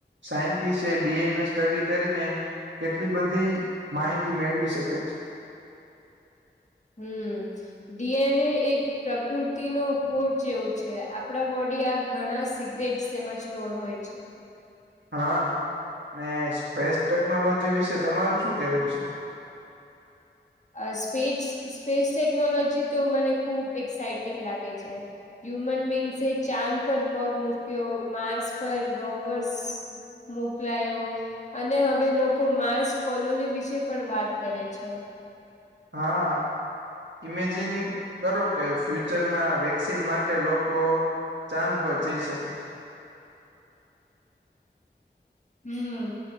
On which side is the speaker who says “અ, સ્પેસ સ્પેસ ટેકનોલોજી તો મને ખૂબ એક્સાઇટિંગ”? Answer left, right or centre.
Left